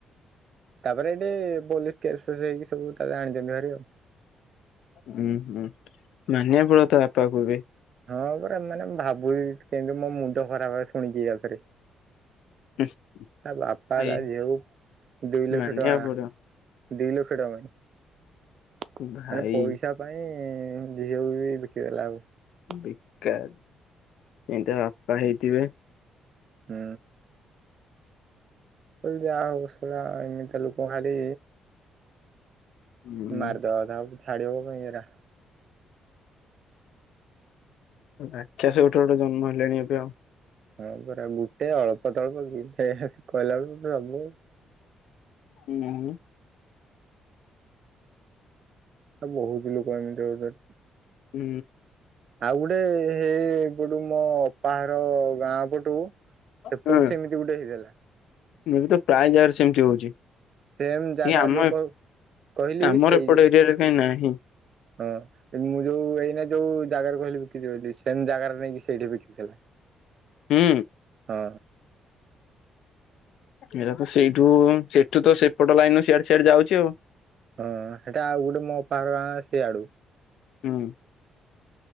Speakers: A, on the right (about 55°); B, on the left (about 80°).
A: ତାପରେ ଏଠି ପୋଲିସ କେସ୍। ତ ସେ ଏଇ କି ସବୁ <inaudible> ଆଣି ଦେଲା ଘରେ ଆ
B: ହୁଁ ହୁଁ ମାନିବା ପଡିବ ତ ବାପାକୁ ବି।
A: ହଁ ପରା ମାନେ ମୁ ଭାବୁଛି କିନ୍ତୁ ମୋ ମୁଣ୍ଡ ଖରାପ ଶୁଣିକି ଆଉଥରେ।
B: ହୁଁ,
A: ତା ବାପା
B: ଭାଇ
A: ତା ଝିଅକୁ ଦୁଇ ଲକ୍ଷ
B: ମାନିବାକୁ
A: ଟଙ୍କା।
B: ପଡିବ।
A: ଦି ଲକ୍ଷ ଟଙ୍କା।
B: ଭାଇ
A: ମାନେ ପଇସା ପାଇଁ। ଝିଅକୁ ବି। <unintelligible>
B: ବେକାର କେମିତିଆ ବାପା ହେଇଥିବେ।
A: ହୁଁ। ଯ <unintelligible> ଏମିତି ଲୋକଙ୍କୁ ଖାଲି
B: ହୁଁ
A: ମାରିଦବା କଥା। ଛାଡ଼ିବ ପାଇଁ <inaudible>
B: ରାକ୍ଷାସ ଗୋଟେ ଗୋଟେ ଜନ୍ମ ହେଲେଣିି ଏବେ ଆଉ।
A: ହଁ ପରା ଗୋଟେ ଅଳ୍ପ ତଳ୍ପ କି କହିଲା ବେଳକୁ ସବୁ।
B: ହୁଁ।
A: ଆ ବହୁତ ଲୋକ ଏମିତି।
B: ହୁଁ।
A: ଆଉ ହେ ଏପଟୁ ମୋ ଅପାହର ଗାଁ। ପଟୁ ସେପଟୁ
B: ହଁ
A: ସେମିତି ଗୋଟେ ହେଇଥିଲା।
B: ଏବେ ତ ପ୍ରାୟ ଯାଗାରେ ସେମିତି ହଉଛି।
A: ସେମ୍ ଜାଗା
B: ଏ ଆମ
A: ଯୋଉ କ କହିଲି
B: ଆମର
A: ସେଇ
B: ଏପଟ ଏରିଆରେ କାହିଁ ନାହିଁ।
A: ହଁ ମୁଁ ଯୋଉ ଏଇନ୍ ଯୋଉ ଜାଗାରେ କହିଲି ବିକିଛିି ବୋଲି ସେ ଜାଗାରେ ନେଇକି ସେଇଠି ବିକିଥିବେ।
B: ହୁଁ।
A: ହଁ।
B: ଏରା ତ ସେଇଠୁ ସେଠୁ ତ ସେପଟ ଲାଇନ ସିଆଡେ ସିଆଡେ ଯାଉଛି ଆଉ।
A: ହଁ ସେଟା ଆଉ ଗୋଟେ ମୋ ପାର ଗାଁ ସିଆଡୁ
B: ହୁଁ।